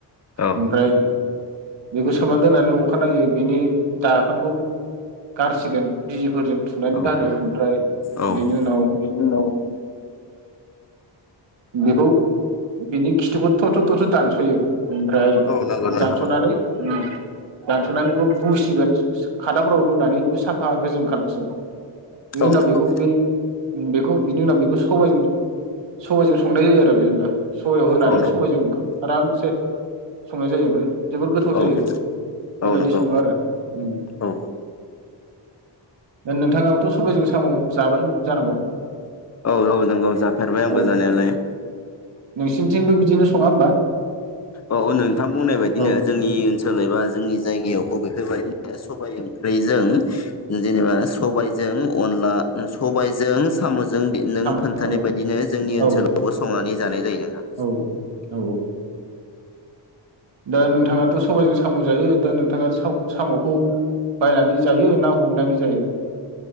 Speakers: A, on the left (about 35°); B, on the right (about 75°).
A: औ
B: ओमफ्राय बेखौ सोमोना दोननानै जायो बिनि दाखोनखौ गारसिगोन बिजिफोरजों थुनानै
A: औ
B: गारो ओमफ्राय
A: औ
B: बेनि उनाव
A: बेनि उनाव
B: बेखौ बिनि खिथुखौ थ' थ' थ' थ' दानसयो ओमफ्राय
A: औ नंगौ नोंथां
B: दानसनानै
A: औ
B: उम । दानसनानै बेखौ रुसिगोन <unintelligible> खादाफ्राव रुनानै बेखौ साफा गोजों खालामसिगोन। बिनि
A: औ
B: उनाव
A: नंगौ
B: बेखौ बै बेखौ बिनि उनाव बेखौ सबायजों सबाइजों संनाय जायो आरो <unintelligible> सबायाव होनानै
A: औ नंगौ
B: सबाइजों इखौ आरामसे संनाय जायो ओमफ्राय जबोर गोथाव जायो।
A: औ
B: बेबायदि
A: औ नंगौ
B: सङो आरो उम
A: औ
B: । नोंथाङाबोथ‌' सबाइजों साम जाबाय जानांगौ?
A: औ औ नोंगौ जाफेरबाय आंबो
B: औ
A: जानायालाय ।
B: नोंसिनिथिंबो बिदिनो सङा होमबा?
A: औ नोंथां बुंनाय बायदिनो
B: औ
A: जोंनि ओनसोल एबा जोंनि जि जायगायावबो बेफोरबायदिनो सबाय ओं ख्रैजों जेनेबा सबायजों अनला उम सबायजों सामजों नों
B: साम'
A: खोन्थानाय
B: औ
A: बायदिनो जोंनि ओनसोलावबो
B: औ
A: संनानै जानाय जायो आरो‌ना <inaudible>
B: औ औ दा नोंथाङाथ‌ सबाइजों साम जायो दा नोंथाङा‌‌ साम सामखौ बायनानै जायो ना हमनानै जायो?